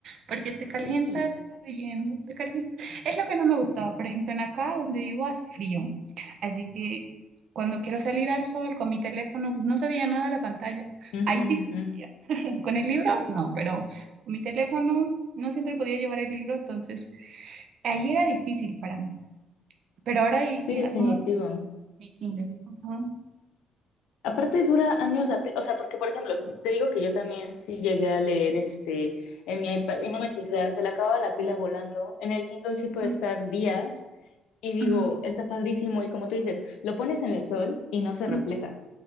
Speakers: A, on the right; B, on the left.
A: porque te calientas,
B: Sí.
A: estás leyendo, te calientas. Es lo que no me gustaba, por ejemplo, en acá donde vivo hace frío, así que cuando quiero salir al sol con mi teléfono, pues no se veía nada la pantalla,
B: Ujú,
A: ahí sí sufría.
B: ujú.
A: <laughs> Con el libro, no, pero con mi teléfono no siempre podía llevar el libro, entonces ahí era difícil para mí, pero ahora ya,
B: Sí, definitivo.
A: mucho mi Kindle. Ujú,
B: Aparte dura años, la pe- o sea, porque por ejemplo, te digo que yo también sí llegué a leer este en mi iPad y no me chisea, se le acaba la pila volando. En el Kindle sí
A: ujú,
B: puede estar días y digo,
A: ujú,
B: está padrísimo y como tú dices, lo pones en el sol y no se
A: ujú.
B: refleja.